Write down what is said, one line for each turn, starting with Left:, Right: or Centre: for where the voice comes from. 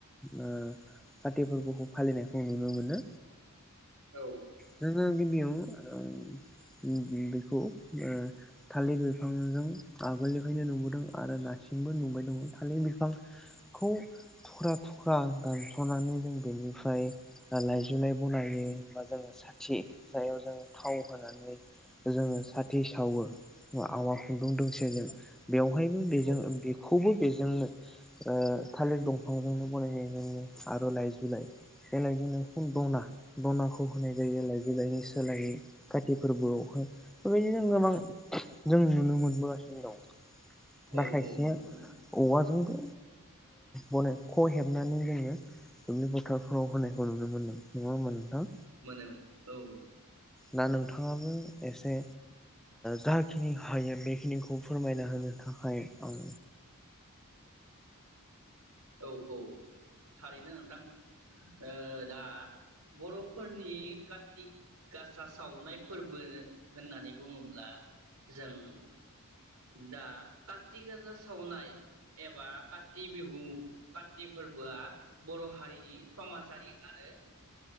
Centre: ओ काति फोर्बोखौ फालिनायखौ नुनो मोनो।
Right: औ
Centre: जोङो गिबियावनो ओ बेखौ ओ थालिर बिफांजों आगोलनिफ्रायनो नुबोदों आरो दासिमबो नुबाय दङ थालिर बिफांखौ थुख्रा थुख्रा दानस'नानै जों बेनिफ्राय लाइजुलाइ बनायो बा जोङो साथि जायाव जोङो थाव होनानै जोङो साथि सावो ना आवा खुन्दुंदों बेयावहायबो बेजों
Right: औ
Centre: बेख खौबो बेजोंनो ओ थालिर दंफांजोंनो बनायनाय जायो आरो लाइजु लाइ बे लाइजोंनो दना दनाखौ होनाय जायो लाइजौ लाइनि सोलायै काति फोरबोआवहाय बेबायदिनो गोबां जों नुनो मोनबोगासिनो नो दं
Right: औ नंगौ
Centre: दा खायसेया
Right: नंगौ
Centre: औवाजोंबो बने ख हेबनानै जोङो दुब्लि बोथोरफ्राव होनायखौ नुनो मोनदों नङा होमबा नोंथां
Right: माने औ औ
Centre: दा नोंथाङाबो एसे जाखिनि हायो बेखिनिखौ खौ फोरमायना होनो थाखाय आं
Right: औ औ थारैनो नोंथां ओ दा बर'फोरनि कारति गासा सावनाय फोरबो होननानै बुङोब्ला जों दा काति आसा सावनाय एबा काति बिहु काति फोरबोआ बर' हारिनि समाजारि आरो